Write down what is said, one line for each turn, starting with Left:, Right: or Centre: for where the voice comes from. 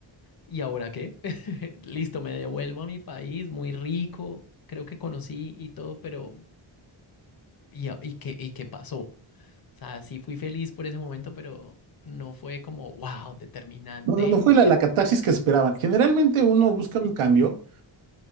Left: ¿Y ahora qué? <laughs> Listo, me devuelvo a mi país, muy rico, creo que conocí y todo, pero ¿y, a- y qué, y qué pasó? O sea, sí fui feliz por ese momento, pero no fue como, wow, determinante.
Right: No, no, no fue la, la catarsis que esperaban. Generalmente uno
Left: <laughs>
Right: busca
Left: Sí.
Right: un cambio